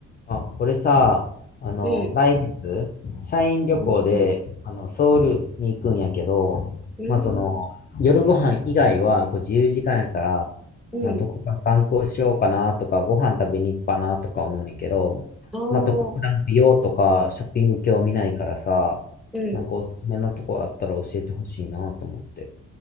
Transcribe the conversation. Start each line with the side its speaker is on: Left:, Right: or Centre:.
Left: あ、俺さ、あの、
Centre: うん、
Left: 来月、社員旅行で、
Centre: うん、うん、
Left: あの、ソウルに行くんやけど、
Centre: うん、
Left: まあ、その、夜ご飯以外は、こう、自由時間やから、
Centre: うん、
Left: まあ、どこか観光しようかなとか、ご飯食べに行くかなとか思うねんけど、
Centre: ああ、
Left: まあ、特段美容とかショッピング興味ないからさ、
Centre: うん、
Left: なんかおすすめのとこあったら教えてほしいなと思って。